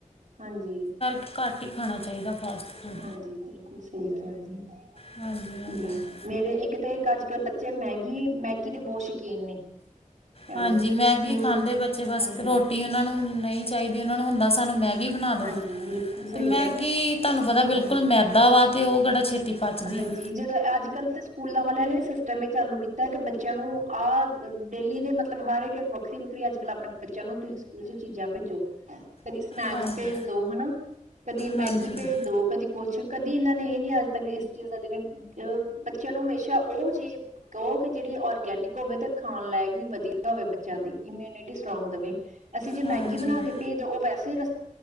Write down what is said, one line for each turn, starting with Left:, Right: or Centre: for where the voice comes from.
Right: ਹਾਂਜੀ।
Left: ਕਾੱਟ ਹੀ ਖਾਣਾ ਚਾਹੀਦਾ ਫਾਸਟ ਫੂਡ
Right: ਹਾਂਜੀ, ਬਿਲਕੁਲ ਸਹੀ ਕਿਹਾ ਜੀ
Left: ਹਾਂਜੀ-ਹਾਂਜੀ।
Right: ਤੇ
Left: ਹਾਂਜੀ
Right: ਮੇਰੇ ਏਕ ਤੇ ਏਕ ਅੱਜ-ਕੱਲ੍ਹ ਬੱਚੇ ਮੈਗੀ, ਮੈਗੀ ਦੇ ਬੋਤ ਸ਼ੌਕੀਨ ਨੇ ਕਹਿ
Left: ਹਾਂਜੀ,
Right: ਲਓ
Left: ਮੈਗੀ
Right: ਨਿਊ
Left: ਖਾਂਦੇ ਬੱਚੇ ਬਸ
Right: ਹਾਂਜੀ
Left: ਰੋਟੀ ਉਹਨਾਂ ਨੂੰ ਨਈ ਚਾਹੀਦੀ। ਉਹਨਾਂ ਨੂੰ ਹੁੰਦਾ ਸਾਨੂੰ ਮੈਗੀ ਬਣਾ ਦਿਉ।
Right: ਹਾਂਜੀ, ਬਿਲਕੁਲ ਸਹੀ
Left: ਤੇ ਮੈਗੀ
Right: ਕਿਹਾ
Left: ਤੁਹਾਨੂੰ ਪਤਾ ਬਿਲਕੁਲ
Right: ਹਮਮ--ਹਾਂਜੀ,
Left: ਮੈਦਾ ਵਾ ਤੇ ਉਹ ਕਿਹੜਾ ਛੇਤੀ ਪਚਦੀ ਆ।
Right: ਜਦੋਂ ਅੱਜ-ਕੱਲ ਤੇ ਸਕੂ ਸਕੂਲਾਂ ਵਾਲਿਆਂ ਨੇ ਸਿਸਟਮ ਇਹ ਚਾਲੂ ਕੀਤਾ ਕਿ ਬੱਚਿਆਂ ਨੂੰ ਆਹ ਡੇਲੀ ਦੇ ਮਤਲਬ ਹਰ ਇੱਕ ਵੱਖ ਵੱਖਰੀ-ਵੱਖਰੀ, ਅੱਜ-ਕੱਲ੍ਹ ਆਪਣੇ ਬੱਚਿਆਂ ਨੂੰ ਤੁਸੀਂ ਸਕੂਲ ਚ ਚੀਜ਼ਾਂ ਭੇਜੋ। ਕਦੀ ਸਨੈਕਸ
Left: ਹਾਂਜੀ,
Right: ਭੇਜ ਦੋ ਹਨਾ, ਕਦੀ ਮੈਗੀ
Left: ਹਾਂਜੀ,
Right: ਭੇਜ ਦੋ ਕਦੀ ਕੁਛ, ਕਦੀ ਏਨਾਂ ਨੇ ਏਹ ਨੀ ਅੱਜ-ਤੱਕ ਇਸ ਚੀਜ਼ ਦਾ ਜੇਕ ਅ ਬੱਚਿਆਂ ਨੂੰ ਹਮੇਸ਼ਾ ਓ ਚੀਜ਼ ਦੋ ਕਿ ਜਿਹੜੀ ਔਰਗੈਨਿਕ ਹੋਵੇ ਤਾਂ ਖਾਣ ਲਾਇਕ ਵੀ ਵਧੀਆ ਹੋਵੇ। ਬੱਚਿਆਂ ਦੀ ਇਮਿਊਨਿਟੀ ਸਟਰੋਂਗ ਦੇਵੇ। ਅਸੀਂ ਜੇ
Left: ਹਾਂਜੀ।
Right: ਮੈਗੀ ਬਣਾ ਕੇ ਭੇਜ ਦਿਓ, ਓ ਵੈਸੇ ਰਸ